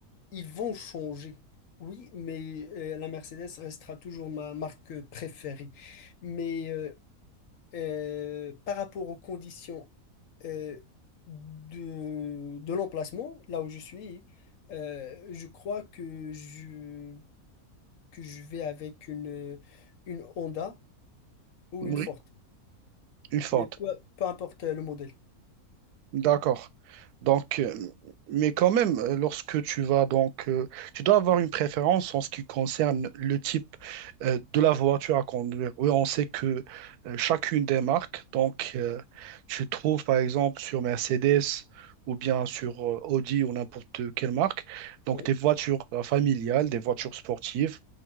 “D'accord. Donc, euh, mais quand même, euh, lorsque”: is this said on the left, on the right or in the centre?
Right